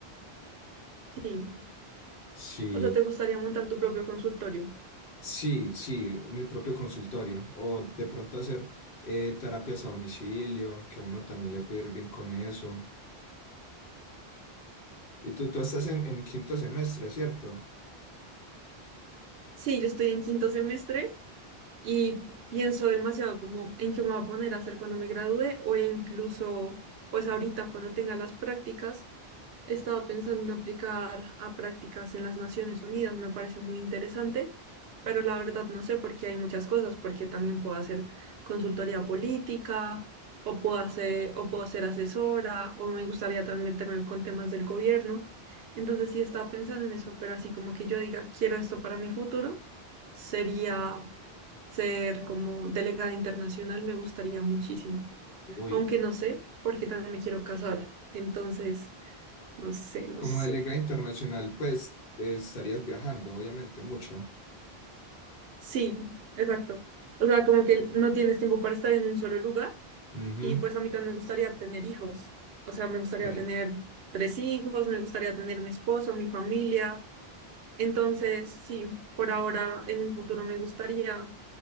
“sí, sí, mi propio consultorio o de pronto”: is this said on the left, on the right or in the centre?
Left